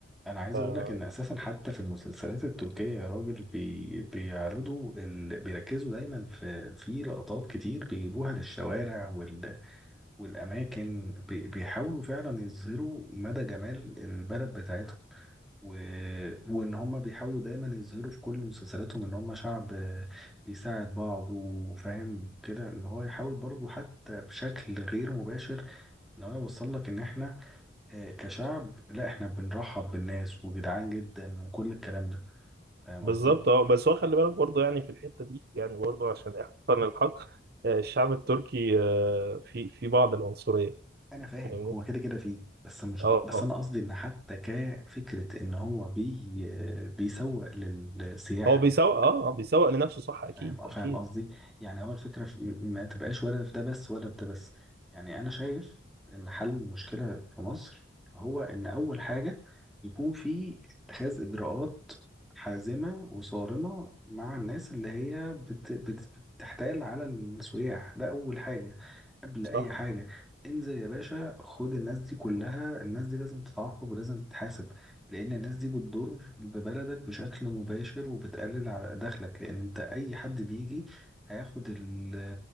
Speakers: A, in the centre; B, on the right (about 50°).
A: انا عايز
B: ف-
A: اقول لك ان اساسا حتى في المسلسلات التركية يا راجل بي... بيعرضوا ال... بيركزوا دايما في في لقطات كتير بيجيبوها للشوارع وال... والاماكن بي... بيحاولوا فعلا يظهروا مدى جمال البلد بتاعتهم و... وان هم بيحاولوا دايما يظهروا في كل مسلسلاتهم ان هم شعب بيساعد بعض وفاهم كده ان هو يحاول برضه حتى بشكل غير مباشر انا عايز اوصل لك ان احنا آه، كشعب لا احنا بنرحب بالناس وجدعان جدا وكل الكلام ده فاهم
B: بالظبط
A: قصدي
B: اه بس هو خلي بالك برضه يعني في الحتة دي يعني برضه عشان احسن الحق آه، الشعب التركي آه، في في بعض العنصرية
A: انا فاهم
B: فاهمني
A: هو كده كده فيه بس مش
B: اه
A: بس
B: آه.
A: انا قصدي ان حتى كفكره ان هو بي آه، بيسوق للسياحه
B: هو بيسوق اه آه، بيسوق لنفسه صح اكيد
A: فاهم آه، فاهم
B: اكيد
A: قصدي يعني هو الفكرة في ما تبقاش ولا في ده بس ولا في ده بس يعني أنا شايف إن حل المشكلة في مصر هو إن أول حاجة يكون في اتخاذ إجراءات حازمة وصارمة مع الناس اللي هي بت بت بتحتال على السياح ده أول حاجة قبل
B: صح
A: أي حاجة انزل يا باشا خد الناس دي كلها الناس دي لازم تتعاقب ولازم تتحاسب لان الناس دي بتضر ببلدك بشكل مباشر وبتقلل على دخلك لان انت اي حد بيجي هياخد ال-